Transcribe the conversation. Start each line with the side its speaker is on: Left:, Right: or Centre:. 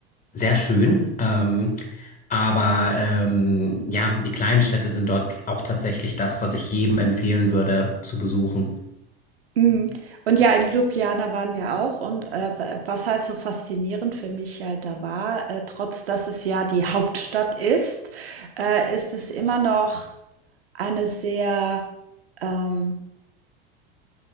Left: sehr schön. Ähm, aber ähm, ja, die kleinen Städte sind dort auch tatsächlich das, was ich jedem empfehlen würde zu besuchen.
Right: Mm. Und ja, in Ljubljana waren wir auch. Und äh, was halt so faszinierend für mich halt da war, äh, trotz dass es ja die Hauptstadt ist, äh, ist es immer noch eine sehr ähm,